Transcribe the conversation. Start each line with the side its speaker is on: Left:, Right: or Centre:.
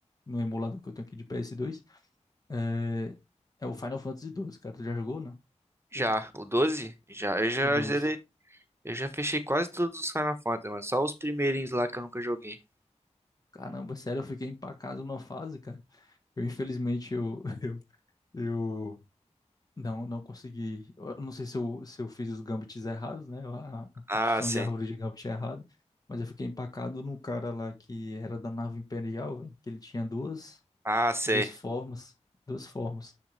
Left: no emulador que eu tenho aqui de PS2. É, é o Final Fantasy XII, cara. Tu já jogou, né?
Right: Já, o 12? Já, eu já
Left: O 12.
Right: zerei, eu já fechei quase todos os Final Fantasy, mano, só os primeirinhos lá que eu nunca joguei.
Left: Caramba, sério, eu fiquei empacado numa fase, cara. Eu, infelizmente, eu, <laughs> eu, eu não, não consegui. Eu não sei se eu, se eu fiz os gambits errados, né? A, a construção
Right: Ah, sim.
Left: de árvore de gambit é errada. Mas eu fiquei empacado no cara lá que era da nave imperial, velho. Que ele tinha duas.
Right: Ah, sei.
Left: duas formas, duas formas.